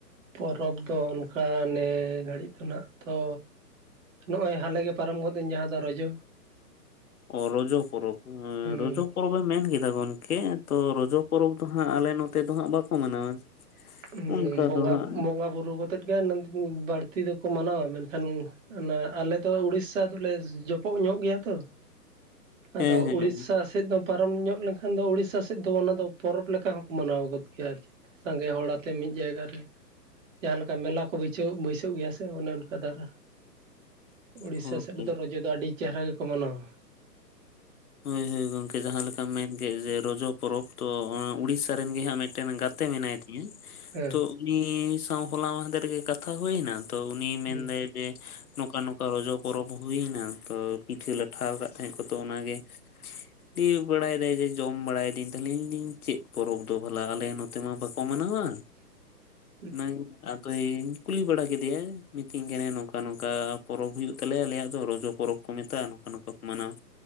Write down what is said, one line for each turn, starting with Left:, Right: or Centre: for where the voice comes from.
Right: ᱯᱚᱨᱚᱵᱽ ᱫᱚ ᱚᱱᱠᱟ ᱱᱮ ᱜᱷᱟᱹᱲᱤᱡ ᱫᱚ ᱱᱟᱜ ᱛᱚ ᱱᱚᱜᱼᱚᱭ ᱦᱟᱞᱮ ᱜᱮ ᱯᱟᱨᱚᱢ ᱜᱚᱫ ᱮᱱ ᱡᱟᱦᱟᱸ ᱫᱚ ᱨᱚᱡᱚ᱾
Left: ᱚ ᱨᱚᱡᱚ ᱯᱚᱨᱚᱵᱽ ᱮᱸᱻ
Right: ᱦᱩᱸ
Left: ᱨᱚᱡᱚ ᱯᱚᱨᱚᱵ ᱮᱢ ᱢᱮᱱ ᱠᱮᱫᱟ ᱜᱚᱝᱠᱮ ᱛᱚ ᱨᱚᱡᱚ ᱯᱚᱨᱚᱵᱽ ᱫᱚ ᱦᱟᱸᱜ ᱟᱞᱮ ᱱᱚᱛᱮ ᱫᱚ ᱦᱟᱸᱜ ᱵᱟᱠᱩ ᱢᱟᱱᱟᱣᱟ᱾
Right: ᱦᱸ
Left: ᱚᱱᱠᱟ
Right: ᱵᱚᱸᱜᱟ
Left: ᱫᱚ ᱦᱟᱸᱜ
Right: ᱵᱚᱸᱜᱟ ᱵᱩᱨᱩ ᱠᱟᱛᱮᱜ ᱜᱮ ᱱᱟᱹᱢ ᱵᱟᱹᱲᱛᱤ ᱫᱚᱠᱚ ᱢᱟᱱᱟᱣᱟ ᱢᱮᱱ ᱠᱷᱟᱱ ᱚᱱᱟ ᱟᱞᱮ ᱫᱚ ᱩᱲᱤᱥᱥᱟ ᱫᱚᱼᱞᱮ ᱡᱚᱯᱚᱜ ᱧᱚᱜ ᱜᱮᱭᱟ ᱛᱚ᱾ ᱟᱫᱚ
Left: ᱦᱮᱸ
Right: ᱩᱤᱲᱥᱟᱥ
Left: ᱦᱮᱸ
Right: ᱥᱮᱫ ᱫᱚ ᱯᱟᱨᱚᱢ ᱧᱚᱜ ᱞᱮᱱ ᱠᱷᱟᱱ ᱫᱚ ᱩᱤᱲᱥᱟ ᱥᱮᱫ ᱫᱚ ᱚᱱᱟ ᱫᱚ ᱯᱚᱨᱚᱵᱽ ᱞᱮᱠᱟ ᱦᱚᱸᱠᱚ ᱢᱟᱱᱟᱣ ᱜᱚᱫ ᱜᱮᱭᱟ ᱟᱨᱠᱤ᱾ ᱥᱟᱸᱜᱮ ᱦᱚᱲ ᱟᱛᱮ ᱢᱤᱫ ᱡᱟᱭᱜᱟ ᱨᱮ ᱡᱟᱦᱟᱸ ᱞᱮᱠᱟ ᱢᱮᱞᱟ ᱠᱩ ᱵᱟᱹᱭᱥᱣ ᱵᱟᱹᱭᱥᱟᱹᱣ ᱜᱮᱭᱟ ᱥᱮ ᱚᱱᱮ ᱚᱱᱠ ᱠᱟᱫᱟᱨᱟ ᱩᱲᱤᱥᱟ
Left: ᱦᱳᱭ
Right: ᱥᱮᱫ ᱨᱮ ᱫᱚ ᱨᱚᱡᱚ ᱫᱚ ᱟᱰᱤ ᱪᱮᱦᱮᱨᱟ ᱜᱮ ᱠᱚ ᱢᱟᱱᱟᱣᱟ᱾
Left: ᱦᱳᱭ ᱦᱳᱭ ᱜᱚᱝᱠᱮ ᱡᱟᱦᱟᱸ ᱞᱮᱠᱟᱢ ᱢᱮᱱ ᱠᱮᱫ ᱡᱮ ᱨᱚᱡᱚ ᱯᱚᱨᱚᱵᱽ ᱛᱚ ᱚᱸᱻᱟ ᱩᱲᱤᱥᱥᱟ ᱨᱮᱱ ᱜᱮ ᱦᱟᱸᱜ ᱢᱤᱫᱴ ᱴᱮᱱ ᱜᱟᱛᱮ ᱢᱮᱱᱟᱭ ᱛᱤᱧᱟᱹ
Right: ᱦᱮᱸ
Left: ᱛᱚ ᱩᱱᱤ ᱥᱟᱶ ᱦᱚᱞᱟ ᱢᱟᱱᱦᱫᱷᱮᱨ ᱜᱮ ᱠᱟᱛᱷᱟ ᱦᱩᱭᱱᱟ ᱛᱚ ᱩᱱᱤᱭ
Right: ᱦᱩᱸ
Left: ᱢᱮᱱᱫᱟᱭ ᱡᱮ ᱱᱚᱝᱠᱟ ᱱᱚᱝᱠᱟ ᱨᱚᱡᱚ ᱯᱚᱨᱚᱵᱽ ᱦᱩᱭᱱᱟ ᱛᱚ ᱯᱤᱴᱷᱟᱹ ᱞᱟᱴᱷᱟᱣ ᱠᱟᱫ ᱛᱟᱦᱮᱸ ᱠᱚ ᱛᱚ ᱚᱱᱟ ᱜᱮ ᱴᱤᱣ ᱵᱟᱲᱟᱭ ᱫᱟᱭ ᱡᱮ ᱡᱚᱢ ᱵᱟᱲᱟᱭᱫᱤᱹᱧ ᱛᱟᱦᱚᱞᱮᱧ ᱫᱤᱧ ᱪᱮᱫ ᱯᱚᱨᱚᱵᱽ ᱫᱚ ᱵᱷᱟᱞᱟ ᱟᱞᱮ ᱱᱚᱛᱮ ᱢᱟ ᱵᱟᱠᱚ ᱢᱟᱱᱟᱣᱟ᱾
Right: <inaudible>
Left: ᱱᱟ ᱟ <unintelligible> ᱫᱚᱭᱤᱧ ᱠᱩᱞᱤ ᱵᱟᱲᱟ ᱠᱮᱫᱮᱭᱭᱟ ᱢᱤᱛᱟᱹᱧ ᱠᱟᱱᱟ ᱱᱚᱝᱠᱟ ᱱᱚᱝᱠᱟ ᱯᱚᱨᱚᱵᱽ ᱦᱩᱭᱩᱜ ᱛᱟᱞᱮᱭᱟ ᱟᱞᱮᱭᱟᱜ ᱫᱚ ᱨᱚᱡᱚ ᱯᱚᱨᱚᱵᱽ ᱠᱚ ᱢᱮᱛᱟᱜᱼᱟ ᱱᱚᱝᱠᱟ ᱱᱚᱝᱠᱟ ᱠᱩ ᱢᱟᱱᱟᱣᱟ᱾